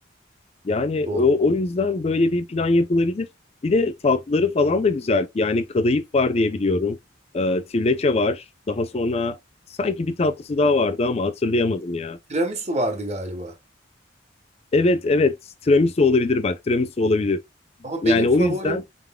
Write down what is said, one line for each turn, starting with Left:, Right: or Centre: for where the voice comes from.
Left: Yani
Right: Doğru.
Left: o, o yüzden böyle bir plan yapılabilir. Bir de tatlıları falan da güzel. Yani kadayıf var diye biliyorum. E, tirleçe var. Daha sonra sanki bir tatlısı daha vardı ama hatırlayamadım ya.
Right: Tiramisu vardı galiba.
Left: Evet evet tiramisu olabilir bak tiramisu olabilir.
Right: Ama
Left: Yani
Right: benim favorim
Left: o yüzden